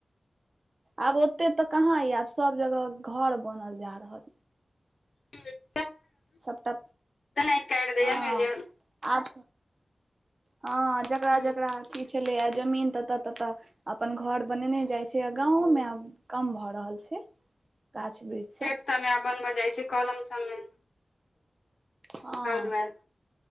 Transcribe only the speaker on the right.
आब ओते तऽ कहा य आब सब जगह घर बनल जा रहल
सबटा
हँ
आब हँ जकरा
जेकरा की अथी छले या जमीन तत ततऽ अपन घर बनेने जाइ छै। गांवों
में आब कम भऽ रहल छै गाछ वृक्ष।
हँ